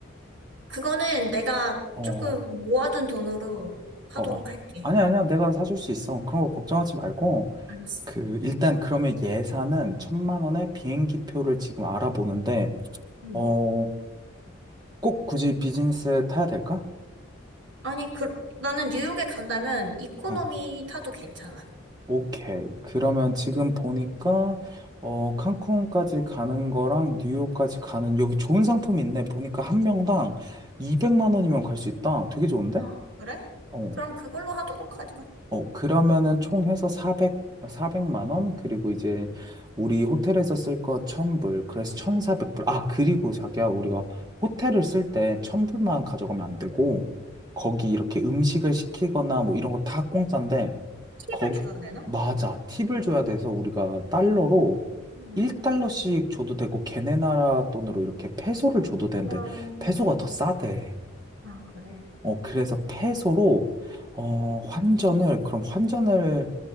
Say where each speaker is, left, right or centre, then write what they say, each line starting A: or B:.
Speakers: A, on the right; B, on the right.
A: 그거는 내가
B: 어,
A: 조금 모아둔 돈으로 하도록
B: 어. 어.
A: 할게.
B: 아니야, 아니야. 내가 사줄 수 있어. 그런 거 걱정하지 말고.
A: 알았어.
B: 그, 일단 그러면 예산은 천만 원에 비행기 표를 지금 알아보는데,
A: 응.
B: 어, 꼭 굳이 비즈니스 타야 될까?
A: 아니, 그, 나는 뉴욕에 간다면 이코노미
B: 어,
A: 타도 괜찮아.
B: 오케이. 그러면 지금 보니까, 어, 칸쿤까지 가는 거랑 뉴욕까지 가는, 여기 좋은 상품 있네. 보니까 한 명당 200만 원이면 갈 수 있다. 되게 좋은데?
A: 아, 그래?
B: 어.
A: 그럼 그걸로 하도록 하자.
B: 어, 그러면은 총 해서 400, 백만 원? 그리고 이제 우리 호텔에서 쓸 거 1000불. 그래서 1400불. 아, 그리고 자기야, 우리가 호텔을 쓸 때 1000불만 가져가면 안 되고, 거기 이렇게 음식을 시키거나 뭐 이런 거 다 공짜인데,
A: 팁을
B: 거기,
A: 줘야 되나?
B: 맞아. 팁을 줘야 돼서 우리가 달러로
A: 음.
B: 1달러씩 줘도 되고, 걔네 나라 돈으로 이렇게 페소를 줘도 되는데,
A: 어,
B: 페소가 더 싸대.
A: 아, 그래.
B: 어, 그래서 peso로, 어, 환전을, 그럼 환전을,